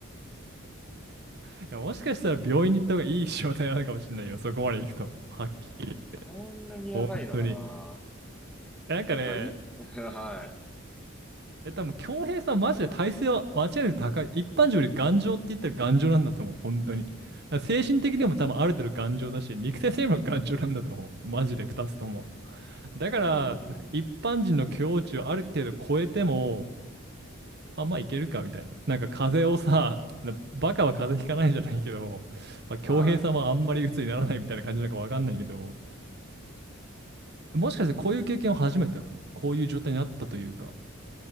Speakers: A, on the right (about 50°); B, in the centre.
A: いや、もしかしたら病院に行った方がいい状態なのかもしれないよ。そこまで行くと。はっきり。
B: そんなにやばいのかな
A: 本当に。なんかね、
B: なんかい、<laughs> はい。
A: え、多分、強平さん、マジで体勢は間違いなく高い。一般人より頑丈って言ったら頑丈なんだと思う、本当に。だから精神的にも多分ある程度頑丈だし、肉体性にも頑丈なんだと思う。マジで2つとも。だから、
B: うーん。
A: なんか一般人の境地をある程度超えても、あ、まあいけるかみたいな。なんか風邪をさ、なバカは風邪ひかないじゃないけど、まあ、京平さんはあんまり鬱にならないみたいな感じなんかわかんないけど、
B: はい。
A: もしかしてこういう経験を初めてなのこういう状態にあったというか。